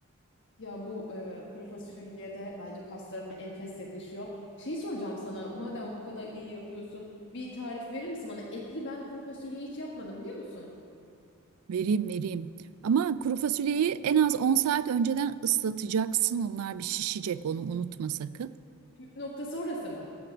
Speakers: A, on the left; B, on the right.
A: Ya bu e, kuru fasulyeye de bence pastalarıma enfes yakışıyor. Şey soracağım sana, madem bu kadar iyi yapıyorsun, bir tarif verir misin bana? Etli ben kuru fasulyeyi hiç yapmadım biliyor musun?
B: Vereyim vereyim. Ama kuru fasulyeyi en az 10 saat önceden ıslatacaksın. Onlar bir şişecek, onu unutma sakın.
A: Püf noktası orası mı?